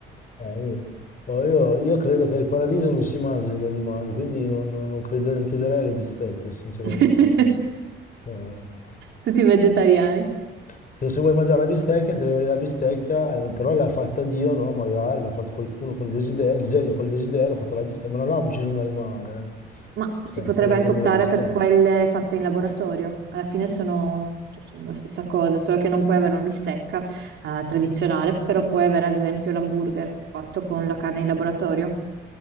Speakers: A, on the left (about 45°); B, on the right (about 70°).
A: eh, niente. Oh, io, io credo che il paradiso non si mangi gli animali, quindi non, non- non credere- non chiederei alle bistecche, sinceramente.
B: <laughs>
A: Eh,
B: Tutti vegetariani.
A: perché se vuoi mangiare la bistecca, ti arriva la bistecca, eh, però l'ha fatta Dio, no? Magari l'ha fatto qualcuno col desiderio, il genio col desiderio ha fatto la bistecca, ma non ha ucciso un animale,
B: Ma si
A: eh. Eh,
B: potrebbe
A: stai mangiando
B: anche optare
A: la bistecca.
B: per quelle fatte in laboratorio. Alla fine sono, cioè, sono la stessa cosa, solo che non puoi avere una bistecca, eh, tradizionale, però puoi avere ad esempio l'hamburger fatto con la carne in laboratorio.